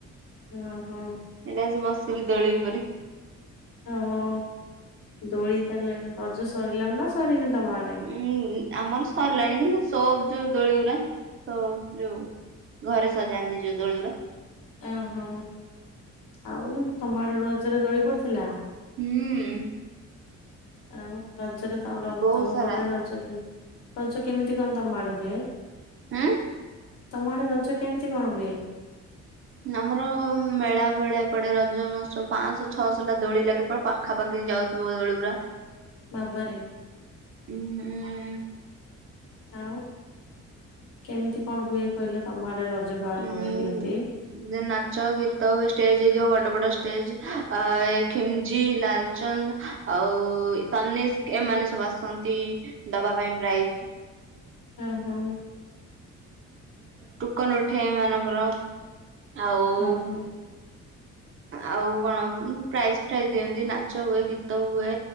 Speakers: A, on the left (about 80°); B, on the right (about 45°).
A: ଓଁ ହୋ।
B: ଏଇଟା ଆସି ବସିଲି ଦୋଳି ଉପରେ
A: ଓହୋ। ଦୋଳି ତାହେଲେ ରଜ ସରିଲାଣି ନା ସରିନି ତମ ଆଡେ?
B: ଉଁ ଆମର ସରିଲାଣି କିନ୍ତୁ ସ୍ୱବ୍ ଯୋଉ ଦୋଳିଗୁରା ସ୍ବବ୍ ଯୋଉ ଘରେ ସଜାନ୍ତି ଯୋଉ ଦୋଳିଗୁରା
A: ଓହୋ। ଆଉ ତମଆଡେ ରଜରେ ଦୋଳି ପଡିଥିଲା?
B: ହୁଁ
A: ଆଉ ରଜରେ ତମର
B: ବହୁତ
A: ତମ
B: ସାରା
A: ପଟରେ ରଜ କେମିତି ରଜ କେମିତି କଣ ତମ ଆଡେ ହୁଏ?
B: ଆ
A: ତମ ଆଡେ ରଜ କେମିତି କଣ ହୁଏ?
B: ନା ଆମର ମେଳା ଭଳିଆ ପଡେ ରଜ ମହତ୍ସବ ପାଁଶହ ଛଅଶହ ଟା ଦୋଳି ଲାଗେ ପୁରା ପାଖାପାଖି ଯାଉଥିବ ଦୋଳି ଗୁଡା
A: ବାବାରେ
B: ଉୁଁ ଉଁ
A: ଆଉ କେମିତି କଣ ହୁଏ କହିଲେ ତମ ଆଡେ ରଜ ପାଳନ
B: ଉଁ
A: ହୁଏ କେମିତି?
B: ନାଚ ଗୀତ ହୁଏ ଷ୍ଟେଜ ହେଇଥିବ। ବଡ ବଡ ଷ୍ଟେଜ ଖିମ୍ଜି, ଲାଲଚନ୍ଦ ଆଉ ତନିସ୍କ ଏମାନେ ସବୁ ଆସନ୍ତି ଦବା ପାଇଁ ପ୍ରାଇଜ୍
A: ହୁଁ ହୁଁ।
B: ଟୁକନ ଉଠେ ଏମାନଙ୍କର। ଆଉ
A: ହଁ ହଁ
B: ଆଉ କଣ ପ୍ରାଇଜ୍ ଫାଇଜ ଦିଅନ୍ତି, ନାଚ ହୁଏ, ଗୀତ ହୁଏ